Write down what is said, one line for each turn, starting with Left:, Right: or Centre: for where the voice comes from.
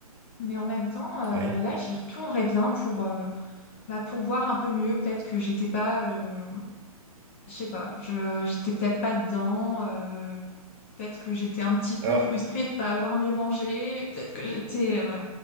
Left: mais en même temps, euh,
Right: hein. Ouais.
Left: là, j'y retournerais bien pour euh, bah, pour voir un peu mieux. Peut-être que j'étais pas, euh, je sais pas, je j'étais peut-être pas dedans. euh, peut-être que j'étais un petit peu
Right: Alors,
Left: frustrée de pas avoir mieux mangé. Peut-être que j'étais, euh,